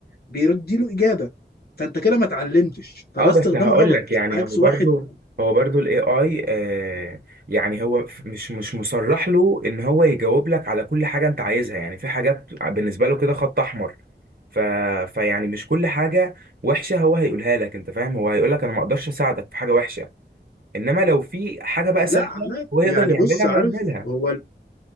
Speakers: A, on the left; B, on the right.
A: بيردي له اجابه فانت كده ما اتعلمتش فده
B: اه
A: استخدام
B: بس هقول
A: غلط
B: لك يعني
A: عكس
B: هو برضه
A: واحد
B: هو برضه الاي اي يعني هو ف- مش مش مصرح له ان هو يجاوب لك على كل حاجه انت عايزها يعني في حاجات بالنسبه له كده خط احمر ف... فيعني مش كل حاجه وحشه هو هيقولها لك انت فاهم هو هيقول لك انا ما اقدرش اساعدك في حاجه وحشه انما لو في حاجه بقى
A: لا
B: سهله
A: عادي.
B: هو يقدر
A: يعني
B: يعملها
A: بص عارف
B: هيعملها
A: هو